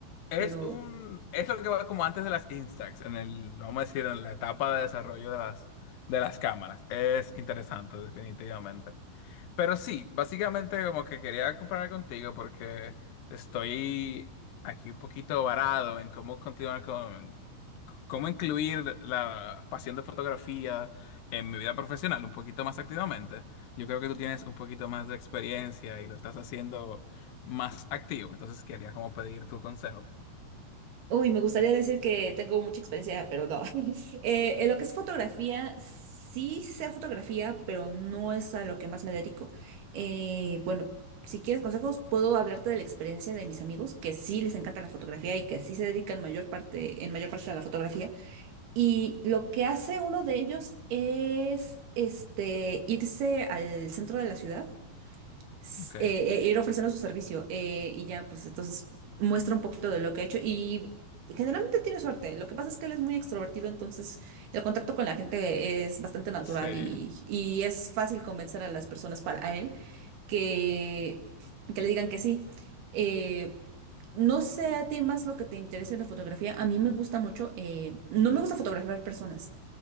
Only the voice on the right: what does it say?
pero
Uy, me gustaría decir que tengo mucha experiencia, pero no. <laughs> Eh, en lo que es fotografía, sí sé fotografía, pero no es a lo que más me dedico. Eh, bueno, si quieres consejos, puedo hablarte de la experiencia de mis amigos, que sí les encanta la fotografía y que sí se dedican mayor parte, en mayor parte a la fotografía. Y lo que hace uno de ellos es este, irse al centro de la ciudad s-
eh, eh, ir ofreciendo su servicio eh, y ya, pues entonces muestra un poquito de lo que ha hecho y generalmente tiene suerte. Lo que pasa es que él es muy extrovertido, entonces el contacto con la gente es bastante natural
y, y es fácil convencer a las personas para a él que, que le digan que sí. Eh, no sé a ti más lo que te interese en la fotografía. A mí me gusta mucho. eh, no me gusta fotografiar personas